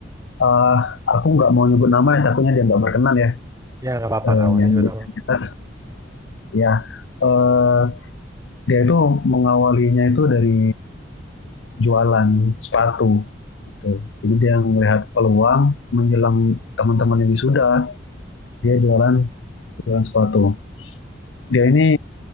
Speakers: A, on the left (about 80°); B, on the right (about 15°).
A: eh aku nggak mau nyebut nama ya takutnya dia nggak berkenan ya
B: Ya nggak apa-apa
A: Eh,
B: nggak usah
A: yang
B: juga
A: di-
B: tahu.
A: eh, ya eh, dia itu mengawalinya itu dari jualan sepatu gitu. Jadi dia melihat peluang menjelang teman-teman yang wisuda, dia jualan jualan sepatu. Dia ini